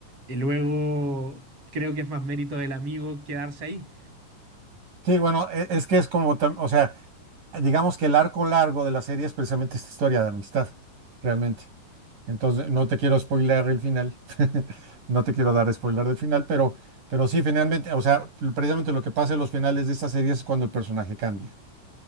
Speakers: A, on the right; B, on the right.
A: Y luego, creo que es más mérito del amigo quedarse ahí.
B: Sí, bueno, e- es que es como, tam- o sea... digamos que el arco largo de la serie es precisamente esta historia de amistad, realmente. Entonces, no te quiero spoiler el final, <laughs> no te quiero dar spoiler del final, pero, pero sí, finalmente, o sea, precisamente lo que pasa en los finales de esta serie es cuando el personaje cambia.